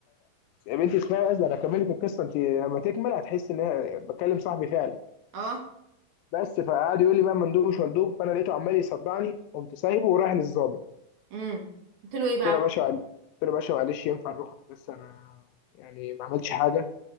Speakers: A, on the left (about 85°); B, on the right (about 65°).
A: يا بنتي اسمعي بس ده انا كملت القصه انت لما تكمل هتحس ان انا بكلم صاحبي فعلا
B: اه
A: بس فقعد يقول لي بقى مندوب مش مندوب فانا لقيته عمال يصدعني قمت سايبه ورايح للظابط
B: امم قلت له ايه
A: قلت
B: بقى
A: له يا باشا قلت له يا باشا معلش ينفع نروح بس انا يعني ما عملتش حاجه